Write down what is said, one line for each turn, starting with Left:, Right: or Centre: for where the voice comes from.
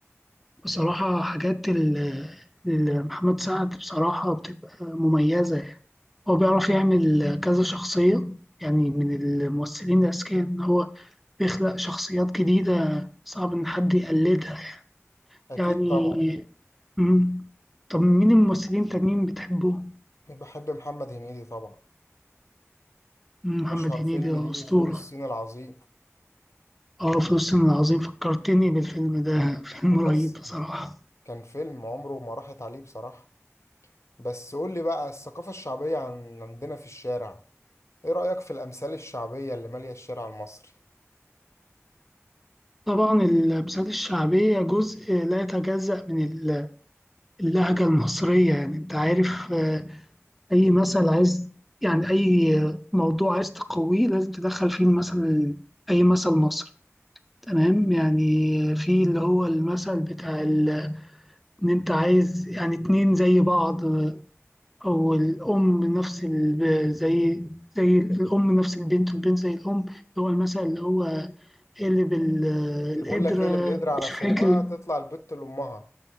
Centre: بصراحة حاجات ال- ال- محمد سعد بصراحة بتبقى مميزة يعني هو بيعرف يعمل كذا شخصية يعني من الممثلين الأذكياء إن هو بيخلق شخصيات جديدة صعب إن حد يقلدها
Left: اكيد
Centre: يعني
Left: طبعا
Centre: مم. طب مين الممثلين التانيين بتحبوهم؟
Left: بحب محمد هنيدي طبعا
Centre: مم، محمد
Left: اشهر
Centre: هنيدي
Left: فيلم
Centre: ده
Left: ليه
Centre: أسطورة
Left: فول الصين العظيم
Centre: اه فلسطين العظيم فكرتني بالفيلم ده <laughs> فيلم
Left: مكسر
Centre: رهيب بصراحة
Left: كان فيلم عمره ما راحت عليه بصراحة بس قول لي بقى الثقافة الشعبية عن عندنا في الشارع ايه رأيك في الأمثال الشعبية اللي مالية الشارع المصري
Centre: طبعا المسرحيات الشعبية جزء لا يتجزأ من ال- اللهجة المصرية يعني انت عارف آه، أي مثل عايز يعني أي موضوع عايز تقويه لازم تدخل فيه مثل أي مثل مصري تمام يعني في اللي هو المثل بتاع ال- ان انت عايز يعني اتنين زي بعض او الام نفس ال... زي زي الام نفس البنت والبنت زي الام اللي هو المثل اللي هو قلب ال-
Left: اللي بقول
Centre: القدرة
Left: لك ايه اللي بالقدر على
Centre: مش
Left: فمها
Centre: فاكر
Left: تطلع البت لأمها